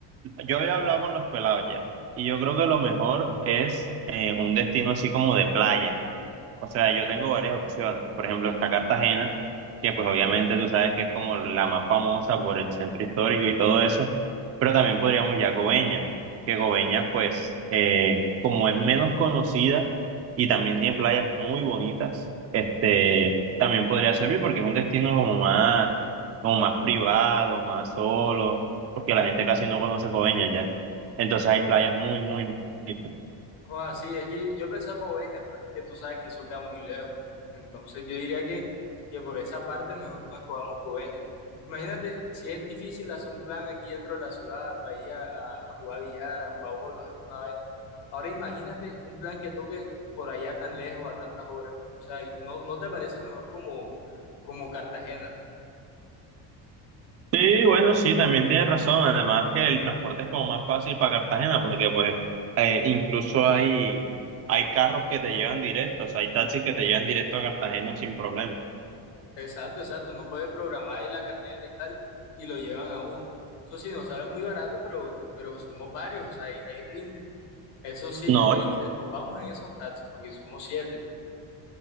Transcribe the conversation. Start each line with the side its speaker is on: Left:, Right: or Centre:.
Right: yo había hablado con los pelados ya, y yo creo que lo mejor es eh, un destino así como de playa. O sea, yo tengo varias opciones. Por ejemplo, está Cartagena, que pues obviamente tú sabes que es como la más famosa por el centro histórico y todo eso, pero también podríamos ir Coveñas, que Coveñas pues eh, como es menos conocida y también tiene playas muy bonitas, este, también podría servir porque es un destino como más, como más privado, más solo, porque la gente casi no conoce Coveñas ya. Entonces hay playas muy, muy bonitas.
Left: Joder, sí, es que yo pensaba Coveñas, pero es que tú sabes que eso queda muy lejos. Entonces yo diría que, que por esa parte mejor no escogamos Coveñas. Imagínate, si es difícil hacer un plan aquí dentro de la ciudad para ir a, a- a jugar billar, a jugar bolos, alguna vaina. Ahora imagínate un plan que toque por allá tan lejos, a tantas horas. O sea, y ¿no, no te parece mejor como, como Cartagena?
Right: Sí, bueno, sí, también tienes razón. Además que el transporte es como más fácil para Cartagena porque pues eh, incluso hay, hay carros que te llevan directo, o sea, hay taxis que te llevan directo a Cartagena sin problema.
Left: Exacto, exacto. Uno puede programar ahí la carrera y tal, y lo llevan a uno. Eso sí, nos sale muy barato, pero, pero somos varios, o sea, ahí ahí rinde. Eso sí,
Right: No,
Left: tú qué dices, nos vamos en esos taxis porque somos siete.